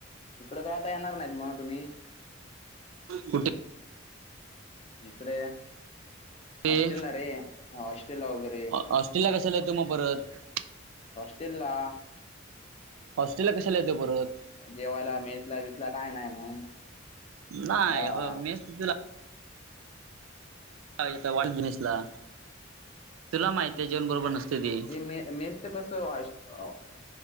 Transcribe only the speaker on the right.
कुठे?
कुठे
हॉस्टेलला कशाला येतो मग परत.
हॉस्टेला कशाला येतो परत.
नाही
मेस तिथं ला- का येत नाही मेसला, तुला माहिती आहे जेवण बरोबर नसते ते.